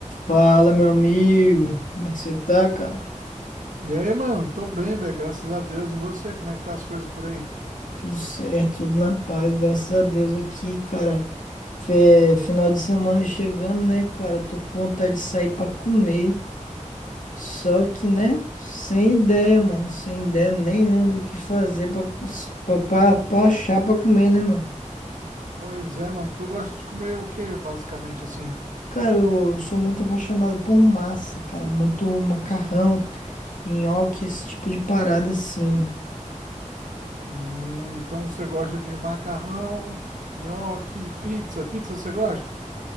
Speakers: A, on the left; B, on the right.
A: Fala, meu amigo. Como é que você tá, cara?
B: E aí, mano? Tô bem, velho, graças a Deus. E você, como é que tá as coisas por aí?
A: Tudo certo, tudo na paz, graças a Deus aqui, cara. Fe- Final de semana chegando, né, cara? Tô com vontade de sair pra comer. Só que, né, sem ideia, mano. Sem ideia nenhuma do que fazer pra, cons- pra, pra, pra achar pra comer, né, mano?
B: Pois é, mano. Tu gosta de comer o quê, basicamente, assim?
A: Cara, eu, eu sou muito apaixonado por massa, cara. Muito macarrão, nhoque, esse tipo de parada assim.
B: Hum, então você gosta de macarrão, nhoque, pizza. Pizza você gosta?